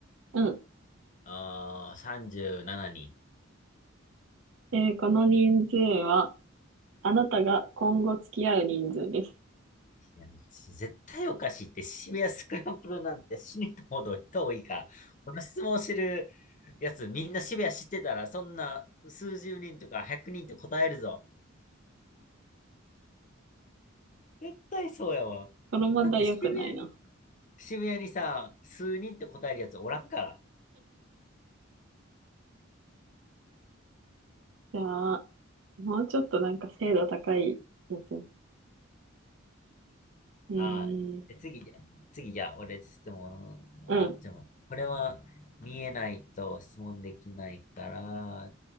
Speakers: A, on the right; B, on the left.
A: うん。
B: ああ、37人。
A: えーこの人数は、あなたが今後付き合う人数です。
B: いや絶対おかしいって、渋谷スクランブルなんて死にとほど人多いから。この質問してるやつみんな渋谷知ってたら、そんな数十人とか100人って答えるぞ。絶対そうやわ。
A: この問題良くないな。
B: だって渋谷に、渋谷にさ、数人って答えるやつおらんから。
A: じゃあ、もうちょっとなんか精度高いやつ。えー、
B: あえ次じゃ、次じゃあ、俺質問、
A: うん、
B: あ、じゃあ待って、これは見えないと質問できないから、